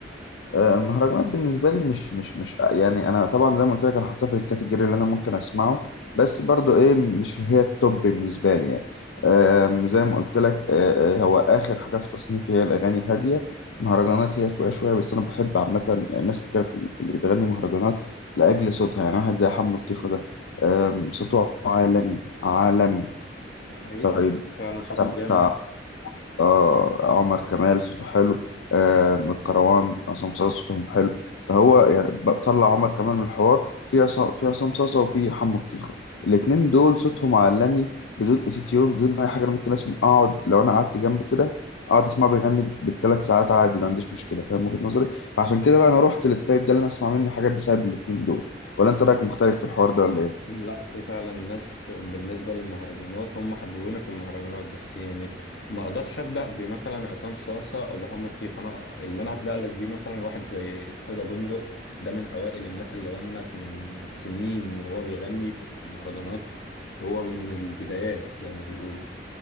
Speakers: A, on the left (about 85°); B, on the left (about 65°).
A: آه المهرجانات بالنسبه لي مش مش مش يعني انا طبعا زي ما قلت لك انا حاطها في الكاتيجوري اللي انا ممكن اسمعه بس برضو ايه مش هي التوب بالنسبه لي يعني آم، زي ما قلت لك آه، آه، هو اخر حاجه في تصنيفي هي الاغاني الهاديه مهرجانات هي فوقها شويه بس انا بحب عامه ناس كتير في في اللي بتغني مهرجانات لاجل صوتها يعني واحد زي حمو الطيخه ده آم، صوته عالمي عالمي
B: حقيقي
A: طيب
B: يعني فعلا صوته
A: بتاع بتاع
B: جامد
A: آه عمر كمال صوته حلو آه من الكروان عصام صاصا صوتهم حلو فهو يعني بطلع عمر كمال من الحوار في عصام في عصام صاصا وفي حمو الطيخة الاتنين دول صوتهم عالمي بدون اتيتيون بدون اي حاجة انا ممكن اسمع اقعد لو انا قعدت جنبه كده اقعد اسمع بيغني بالثلاث ساعات عادي ما عنديش مشكلة فاهم وجهة نظري فعشان كده بقى انا رحت للتايب ده اللي انا اسمع منه حاجات بسبب الاتنين دول ولا انت رايك مختلف في الحوار ده ولا ايه
B: لا في فعلا ناس بالنسبة للمهرجانات هم حببوني في المهرجانات بس يعني ما اقدرش ابدأ بمثلا عصام صاصة او محمد طيخ انا اللي انا هبدأ لك بيه مثلا واحد زي حدى بندق ده من اوائل الناس اللي غنت من سنين وهو بيغني في المهرجانات هو من البدايات زي ما بيقولوا